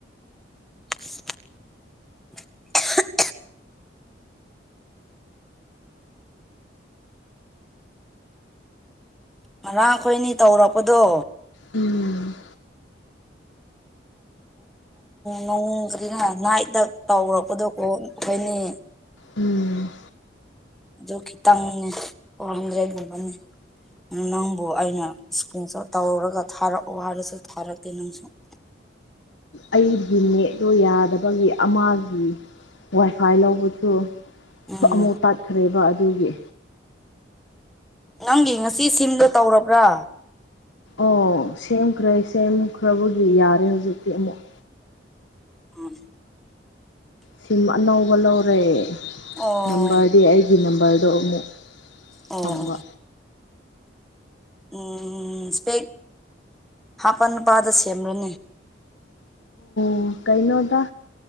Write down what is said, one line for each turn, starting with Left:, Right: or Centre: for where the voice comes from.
Centre: <unintelligible> ꯃꯔꯥꯡ ꯈꯣꯏꯅꯤ ꯇꯧꯔꯛꯄꯗꯣ
Left: ꯎꯝ
Centre: ꯅꯣꯡꯗꯤꯅ ꯅꯥꯏꯗ ꯇꯧꯔꯛꯄꯗꯀꯣ ꯑꯩꯈꯣꯏꯅꯤ
Left: ꯎꯝ
Centre: ꯑꯗꯨ ꯈꯤꯇꯪꯅꯦ ꯍꯝꯖꯩꯒꯨꯝꯕꯅꯦ ꯑꯗꯨ ꯅꯪꯕꯨ ꯑꯩꯅ ꯁ꯭ꯀꯨꯜ ꯇꯧꯔꯒ ꯊꯥꯔꯛꯑꯣ ꯍꯥꯏꯔꯁꯨ ꯊꯥꯔꯛꯇꯦ ꯅꯪꯁꯨ <inaudible>
Left: ꯑꯩꯒꯤ ꯅꯦꯠꯇꯣ ꯌꯥꯗꯕꯒꯤ ꯑꯃꯒꯤ ꯋꯥꯏꯐꯥꯏ ꯂꯧꯕꯁꯨ
Centre: ꯎꯝ
Left: ꯑꯃꯨꯛ ꯇꯥꯠꯈ꯭ꯔꯦꯕ ꯑꯗꯨꯒꯤ
Centre: ꯅꯪꯒꯤ ꯉꯁꯤ ꯁꯤꯝꯗꯣ ꯇꯧꯔꯕ꯭ꯔꯥ
Left: ꯑꯣ ꯁꯦꯝꯈ꯭ꯔꯦ ꯁꯦꯝꯈ꯭ꯔꯕꯒꯤ ꯌꯥꯔꯦ ꯍꯧꯖꯤꯛꯇꯤ ꯑꯃꯨꯛ
Centre: ꯎꯝ
Left: ꯁꯤꯝ ꯑꯅꯧꯕ ꯂꯧꯔꯦ
Centre: ꯑꯣ
Left: ꯅꯝꯕꯔꯗꯤ ꯑꯩꯒꯤ ꯅꯝꯕꯔꯗꯣ ꯑꯃꯨꯛ
Centre: ꯑꯣ
Left: ꯊꯝꯕ
Centre: ꯑꯣ ꯎꯝ ꯏꯁꯄꯦꯛ ꯍꯥꯞꯄ ꯅꯨꯨꯄꯥꯗ ꯁꯦꯝꯂꯅꯤ
Left: ꯎ ꯀꯩꯅꯩꯅꯣꯗ